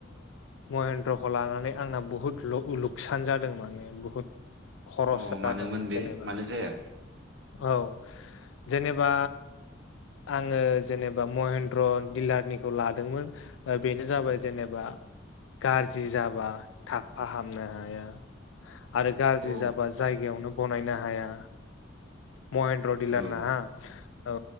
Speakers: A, on the left; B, on the right.
A: महेन्द्रखौ लानानै आंना बुहुत लुकसान जादों माने बुहुद खरस
B: अ मानोमोन
A: जादों
B: बे
A: जेनेबा
B: मानो जाया
A: औ जेनेबा आङो जेनेबा महेन्द्र दिलारनिखौ लादोंमोन बेनो जाबाय जेनेबा गाजाज्रि जाबा थाब फाहामनो हाया। आरो गाज्रि
B: औ
A: जाबा जायगायावनो बनायनो हाया। महेन्द्र दिलार
B: औ
A: ना औ